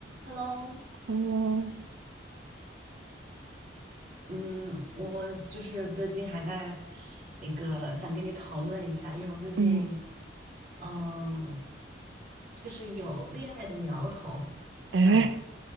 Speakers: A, on the right; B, on the right.
A: Hello，Hello，
B: 嗯
A: 嗯，我就是最近还在那个想跟你讨论一下，因为我最近
B: 嗯，
A: 嗯，就是有恋爱的苗头，就想
B: 哎，